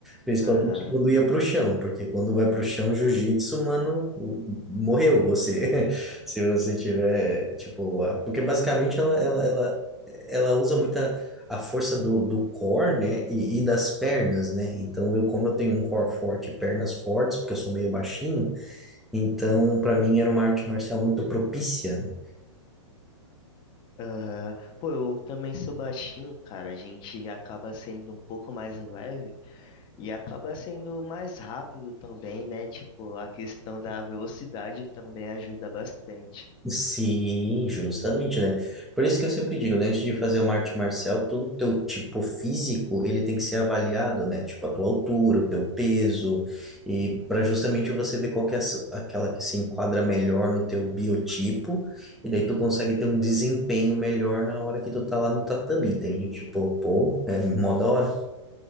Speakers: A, in the centre; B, on the left.
A: Principalmente
B: Aham.
A: quando ia pro chão, porque quando vai pro chão, jiu-jitsu, mano, o- morreu você. <laughs> Se você tiver, tipo, a- porque basicamente ela, ela, ela, ela usa muita a força do, do core, né, e, e das pernas, né? Então, eu, como eu tenho um core forte e pernas fortes, porque eu sou meio baixinho, então, para mim era uma arte marcial muito propícia, né?
B: Aham. Pô, eu também sou baixinho, cara. A gente acaba sendo um pouco mais leve e acaba sendo mais rápido também, né? Tipo, a questão da velocidade também ajuda bastante.
A: Sim, justamente, né? Por isso que eu sempre digo, né? Antes de fazer uma arte marcial, todo o teu tipo físico, ele tem que ser avaliado, né? Tipo, a tua altura, o teu peso, e para justamente você ver qual que é a su- aquela que se enquadra melhor no teu biotipo, e daí tu consegue ter um desempenho melhor na hora que tu tá lá no tatame, entende? Tipo, pô, é mó da hora